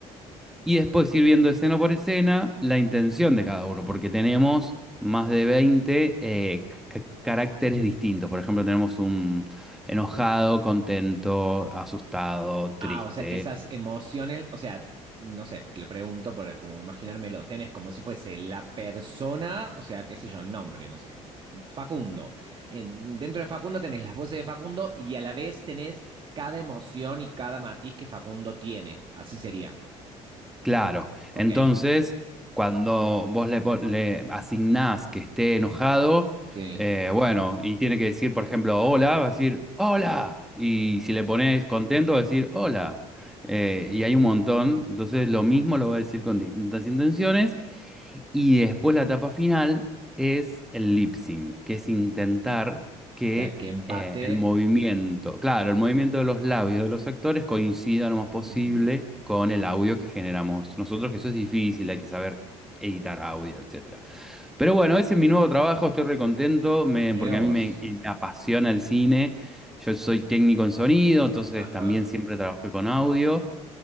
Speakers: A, in the centre; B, on the right.
A: Y después ir viendo escena por escena la intención de cada uno, porque tenemos más de 20 eh, ca- caracteres distintos. Por ejemplo, tenemos un enojado, contento, asustado, triste.
B: Ah, o sea que esas emociones, o sea, no sé, te lo pregunto para como imaginármelo, tenés como si fuese la persona, o sea, qué sé yo, el nombre, no sé, F- Facundo. En- dentro de Facundo tenés las voces de Facundo y a la vez tenés cada emoción y cada matiz que Facundo tiene. Así sería.
A: Claro,
B: Ok,
A: entonces cuando vos le, po- le asignás que esté enojado,
B: sí.
A: eh, bueno, y tiene que decir, por ejemplo, hola, va a decir, hola, y si le pones contento, va a decir, hola, Eh, y hay un montón, entonces lo mismo lo va a decir con distintas intenciones, y después la etapa final es el lip sync, que es intentar que
B: Que, que empate.
A: eh, el movimiento, claro, el movimiento de los labios de los actores coincida lo más posible
B: Ujú.
A: con el audio que generamos nosotros, que eso es difícil, hay que saber editar audio, etcétera. Pero bueno, ese es mi nuevo trabajo, estoy re contento, me-
B: Mira
A: porque
B: vos.
A: a mí me, me apasiona el cine. Yo soy técnico en sonido, entonces
B: Ajá,
A: también siempre trabajé con audio.